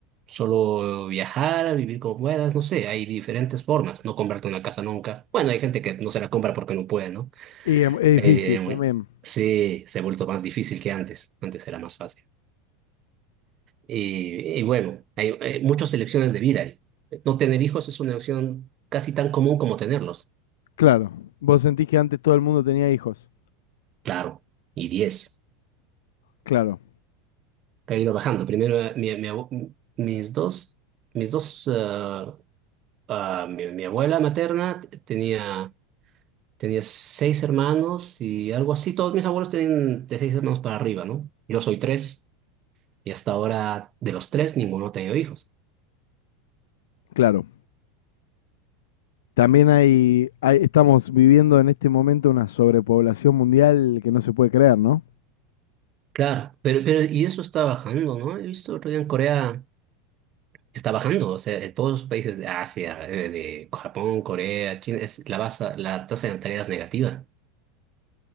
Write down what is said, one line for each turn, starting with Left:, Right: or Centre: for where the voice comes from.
Right: solo viajar, vivir como puedas, no sé, hay diferentes formas, no comprarte una casa nunca. Bueno, hay gente que no se la compra porque no puede, ¿no?
Left: Y em- es difícil
Right: Eh,
Left: también.
Right: bueno, sí, se ha vuelto más difícil que antes, antes era más fácil. Y, y bueno, hay, hay muchas elecciones de vida ahí. No tener hijos es una elección casi tan común como tenerlos,
Left: Claro. Vos sentís que antes todo el mundo tenía hijos.
Right: claro, y diez.
Left: Claro,
Right: he ido bajando. Primero, eh, mi- mi abu- mis dos, mis dos, eh, ah, mi, mi abuela materna t- tenía, tenía seis hermanos y algo así. Todos mis abuelos tienen de seis hermanos para arriba, ¿no? Yo soy tres y hasta ahora de los tres ninguno ha tenido hijos.
Left: claro. También hay, hay- estamos viviendo en este momento una sobrepoblación mundial que no se puede creer, ¿no?
Right: Claro, pero, pero y eso está bajando, ¿no? He visto otro día en Corea que está bajando, o sea, en todos los países de Asia, eh, de Japón, Corea, China, es la, basa- la tasa de natalidad es negativa.